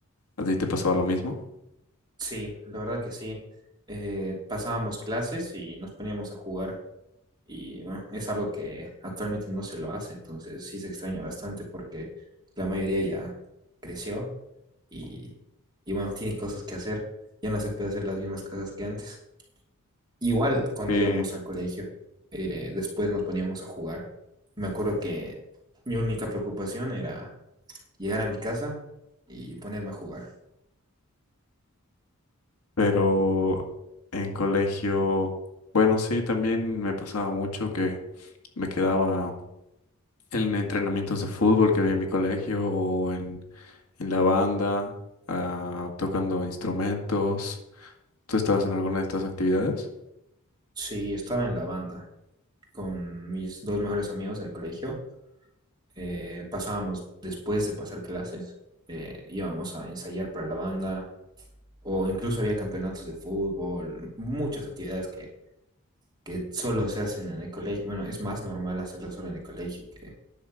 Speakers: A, on the left (about 85°); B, on the right (about 20°).
A: ¿A ti te pasaba lo mismo?
B: sí, la verdad que sí. Eh, pasábamos clases y nos poníamos a jugar. Y bueno, es algo que actualmente no se lo hace, entonces sí se extraña bastante porque la mayoría ya creció y, y bueno, tiene cosas que hacer. Ya no se puede hacer las mismas cosas que antes. Igual cuando
A: Sí,
B: íbamos al colegio, eh, después nos poníamos a jugar. Me acuerdo que mi única preocupación era llegar a mi casa y ponerme a jugar.
A: pero en colegio, bueno, sí, también me pasaba mucho que me quedaba en entrenamientos de fútbol que había en mi colegio o en, en la banda, ah, tocando instrumentos. ¿Tú estabas en alguna de estas actividades?
B: Sí, estaba en la banda con mis dos mejores amigos del colegio eh, pasábamos después de pasar clases, eh, íbamos a ensayar para la banda o incluso había campeonatos de fútbol, muchas actividades que, que solo se hacen en el colegio. Bueno, es más normal hacerlas solo en el colegio y que